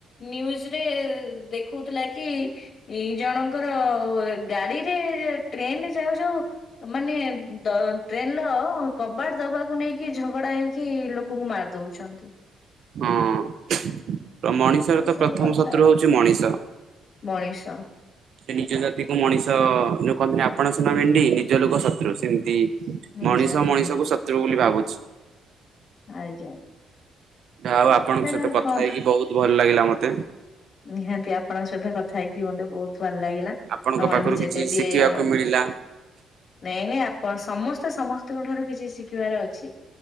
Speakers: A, on the left; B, on the right.
A: ନ୍ୟୁଜରେ ଦେଖଉଥିଲା କି ଏଇ ଜଣଙ୍କର ଗାଡିରେ ଟ୍ରେନରେ ଯାଉ ଯାଉ ମାନେ ଉଁ ଦ ଟ୍ରେନଲ କବାଟ ଦବାକୁ ନେଇକି ଝଗଡା ହେଇ କି ଲୋକୁଙ୍କୁ ମାରି ଦଉଛନ୍ତି।
B: ହଁ। ଅ ମଣିଷର
A: ଏଇ
B: ତ
A: ସବୁ
B: ପ୍ରଥମ
A: କଥା
B: ଶତ୍ରୁ ହଉଛି ମଣିଷ।
A: ମଣିଷ
B: ସେ ନିଜ ଜାତିକୁ ମଣିଷ ଯୋଉ କହନ୍ତିନି ଆପଣ ସୁନା ଭେଣ୍ଡି ନିଜ ଲୋକ ଶତ୍ରୁ ସିମତି
A: ନିଜ
B: ମଣିଷ
A: ହଁ
B: ମଣିଷକୁ ଶତ୍ରୁ ବୋଲି ଭାବୁଛି।
A: ଆଜ୍ଞା।
B: ଢା ହଉ ଆପଣଙ୍କ
A: ସେଟା
B: ସହିତ କଥା
A: କଣ
B: ହେଇକି ବୋହୁତ ଭଲ ଲାଗିଲା ମତେ।
A: ନିହାତି ଆପଣଙ୍କ ସହିତ କଥା ହେଇକି ମତେ ବୋହୁତ ଭଲ ଲାଗିଲା।
B: ଆପଣଙ୍କ
A: ଆପଣ
B: ପାଖରୁ
A: ବି
B: କିଛି
A: ଯେବେ ବି
B: ଶିଖିବାକୁ
A: ଏ ଅ
B: ମିଳିଲା
A: ନାଇଁ ନାଇଁ ଆପ ସମସ୍ତେ ସମସ୍ତିଙ୍କ ଠାରୁ କିଛି ଶିଖିବାର ଅଛି।